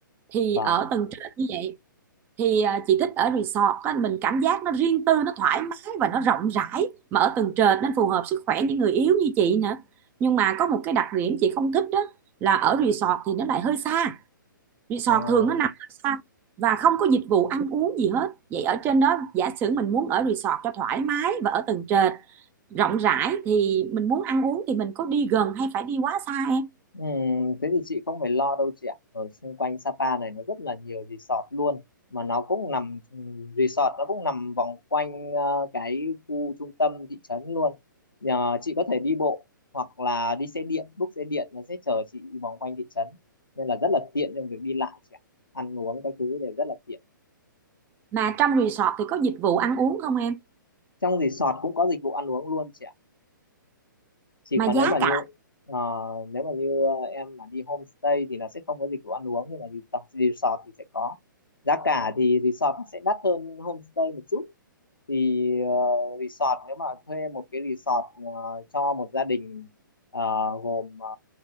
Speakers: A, on the right; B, on the left.
A: thì
B: vâng
A: ở tầng trệt như vậy thì à, chị thích ở resort á, mình cảm giác nó riêng tư nó thoải mái và nó rộng rãi mà ở tầng trệt nên phù hợp sức khỏe những người yếu như chị nữa nhưng mà có một cái đặc điểm chị không thích đó là ở resort thì nó lại hơi xa resort
B: à.
A: thường nó nằm hơi xa và không có dịch vụ ăn uống gì hết vậy ở trên đó giả sử mình muốn ở resort cho thoải mái và ở tầng trệt rộng rãi thì mình muốn ăn uống thì mình có đi gần hay phải đi quá xa em
B: Ừ, thế thì chị không phải lo đâu chị ạ. Ở xung quanh Sapa này nó rất là nhiều resort luôn mà nó cũng nằm resort nó cũng nằm vòng quanh ờ, cái khu trung tâm thị trấn luôn. Nhờ chị có thể đi bộ hoặc là đi xe điện, book xe điện nó sẽ chở chị vòng quanh thị trấn nên là rất là tiện trong việc đi lại chị ạ. Ăn uống các thứ đều rất là tiện.
A: mà trong resort thì có dịch vụ ăn uống không em
B: Trong resort cũng có dịch vụ ăn uống luôn chị ạ. chỉ
A: mà
B: còn
A: giá
B: nếu mà như
A: cả
B: ờ, nếu mà như ờ, em mà đi homestay thì nó sẽ không có dịch vụ ăn uống nhưng mà resort, resort thì sẽ có giá cả thì resort nó sẽ đắt hơn homestay một chút thì ờ, resort nếu mà thuê một cái resort ờ, cho một gia đình ờ, gồm ờ,